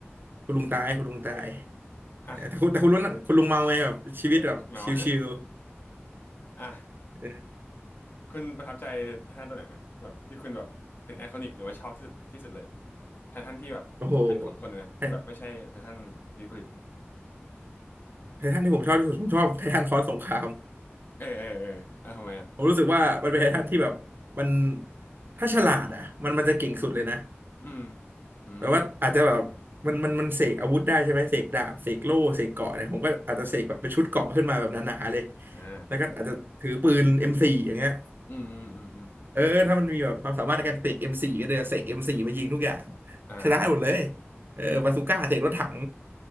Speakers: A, on the right; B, on the left.
A: คุณลุงตายคุณลุงตาย
B: เอออ่ะ
A: เออแต่คุณแต่คุณลุงคุณลุงเมาไงแบบชีวิตแบบชิว
B: เออเมา <laughs> อะอ่ะ
A: ๆเออ
B: คุณประทับใจไททันตัวไหนไหมแบบที่คุณแบบเป็นไอคอนิกหรือว่าชอบที่สุดที่สุดเลยอะไททันที่แบบเป็นของคนนะนะที่แบบไม่ใช่ไททันดีบริด
A: โอ้โหไทไททันที่ผมชอบที่สุดผมชอบไททันคอร์สสงคราม
B: เออเออเอออ่ะทำไมอ่ะ
A: ผมรู้สึกว่ามันเป็นไททันที่แบบมันถ้าฉลาดอ่ะมันมันจะเก่งสุดเลยนะ
B: อืมอืม
A: แปลว่าอาจจะแบบมันมันมันเสกอาวุธได้ใช่ไหมเสกดาบเสกโล่เสกเกราะเนี่ยผมก็อาจจะเสกแบบเป็นชุดเกราะขึ้นมาแบบหนาๆเลย
B: อ่า
A: แล้วก็อาจจะถือปืน M4 อมโฟร์อย่างเงี้ย
B: อืมอืมอืมอืม
A: เออถ้ามันมีแบบความสามารถในการเสก M4 ก็เลยเสก M4 มโฟร์มายิงทุกอย่าง
B: อ่า
A: ชนะหมดเลยเออบาซูก้าเสกรถถัง